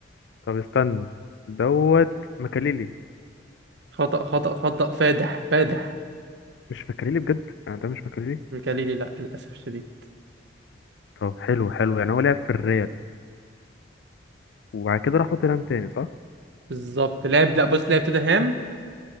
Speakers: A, on the left; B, on the right.
A: طب استنى دوت مكاليلي
B: خطأ خطأ خطأ فادح فادح
A: مش مكاليلي بجد يعني ده مش مكاليلي
B: ميكاليلي لا للأسف الشديد
A: طب حلو حلو يعني هو لعب في الريال وبعد كده راح توتنهام تاني صح
B: بالظبط لعب لا بص لعب توتنهام